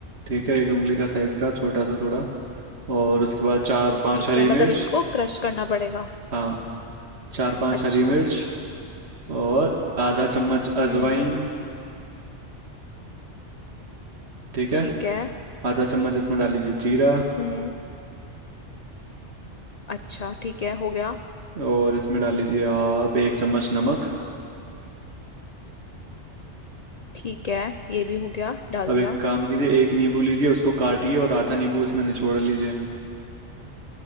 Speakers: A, on the right; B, on the left.
A: ठीक है एक उंगली का साइज का छोटा सा थोड़ा और उसके बाद चार पांच
B: ठीक
A: हरी
B: है मतलब
A: मिर्च
B: इसको क्रश करना पड़ेगा
A: हाँ चार पांच
B: अच्छा
A: हरी मिर्च और आधा चम्मच अजवाइन
B: हम्म
A: ठीक है
B: ठीक है
A: आधा चम्मच इसमें डाल लीजिए जीरा
B: हम्म अच्छा ठीक है हो गया
A: और इसमें डाल लीजिए आप एक चम्मच नमक
B: ठीक है ये भी हो गया डाल
A: अब
B: दिया
A: एक काम कीजिए एक नींबू लीजिए उसको काटिए और आधा नींबू इसमें निचोड़ लीजिए